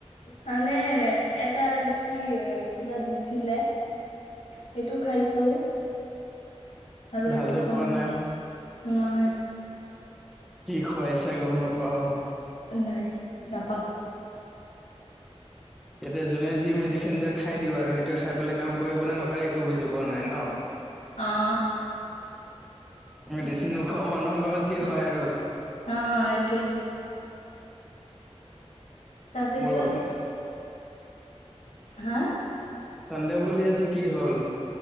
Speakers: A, on the left (about 80°); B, in the centre.
A: মানে এটা কি কিবা দিছিলে, সেইটো খাইছো। আৰু একো
B: ভালতো
A: খোৱা
B: পোৱা নাই?
A: নাই।
B: কি খুৱাইছে গম নাপাও,
A: নাই নাপাওঁ,
B: ইয়াতে যোনে যি মেডিচিন দিয়ক খাই দিব আৰু সেইটো খাই পেলাই কাম কৰিব নে নকৰে একো বুজি পোৱা নাই ন',?
A: আহ',
B: মেডিচিন নোখোৱা মানুহৰ লগত যি হয় আৰু,
A: অ ', এইটোৱে, তাৰপিছত
B: মোৰ বাটত,
A: হা',
B: চানডে বুলি আজি কি হ'ল,